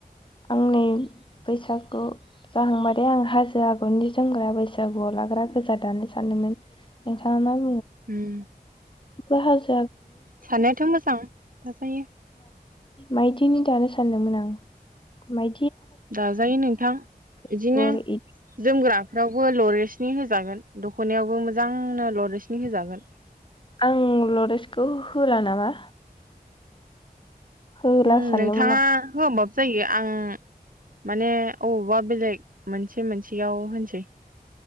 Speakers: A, on the left; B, on the right.
A: आंनि नै बैसागु जाहांबा थाय आं हाजो आगरनि जोमग्रा बैसागुआव लाग्रा गोजा दानो सानदोमोन नोंथाङा मा
B: उम
A: बाहागो
B: थानोयाथ' मोजां थाजायो ।
A: माइदिनि दानो सानदोंमोन आं माइ
B: दाजायो नोंथां इदिनो
A: जोमफु आरो इदि
B: जोमग्रा फोरावबो लरेसनि होजागोन दख'नायावबो मोजांनो लरेसनि होजागोन ।
A: आं लरेेजखौ होला नामा होला
B: उम
A: सानदोंमोन
B: नोंथाङा
A: आं
B: होआ ओमबाबो जायो । आं माने अबावबा बेलेग मोनसे मोनसेयाव होनसै ।